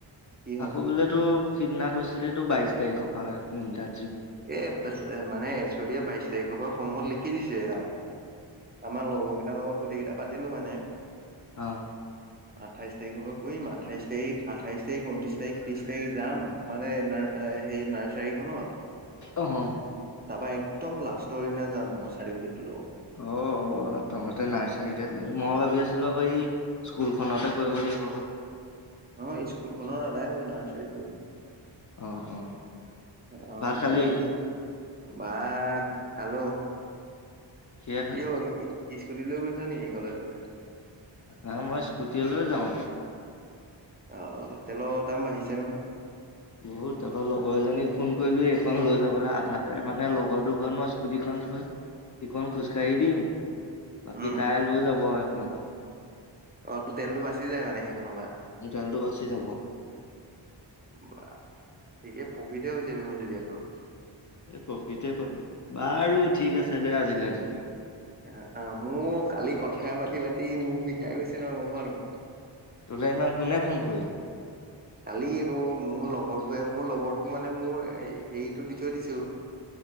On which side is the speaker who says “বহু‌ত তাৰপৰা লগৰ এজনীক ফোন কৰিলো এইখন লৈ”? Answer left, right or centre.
Left